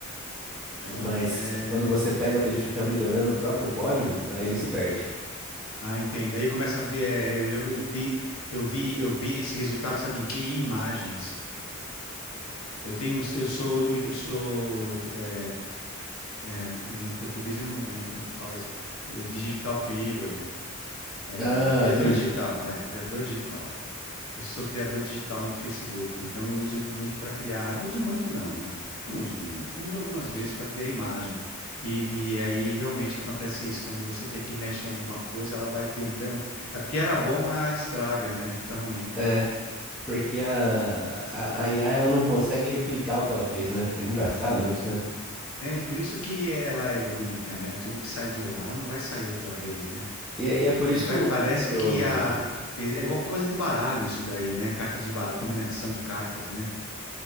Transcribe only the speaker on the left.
olha,
é.
Ah, entendo. Aí começa a ver. é, eu, eu vi, eu vi, eu vi esse resultado, sabe em quê? Em imagens. Eu tenho, um- eu sou, eu sou, é, é, em português eu não lembro como que fala isso. É, Digital creator, É,
criador
digital. É, criador digital. Eu sou criador digital no Facebook, então eu uso muito para criar. Eu uso muito, não, né? Não uso muito. Uso algumas vezes para criar imagem. E, e aí realmente acontece isso. Quando você quer que mexa em alguma coisa, ela vai tentando. O que era bom, ela estraga, né? Fica ruim.
É por isso que ela é única, né? Tudo que sai de lá não vai sair outra vez, né?
É, pa-
parece
que a. É é igual coisa de baralho isso daí, né? Cartas de baralho, combinação de cartas, né?